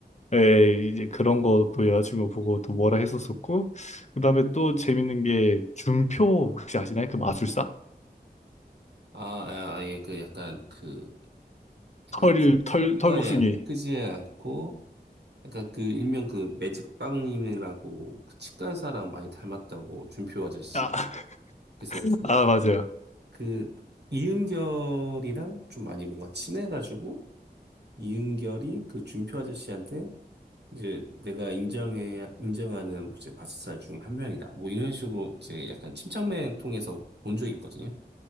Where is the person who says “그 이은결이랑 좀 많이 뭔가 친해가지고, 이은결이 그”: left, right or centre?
Right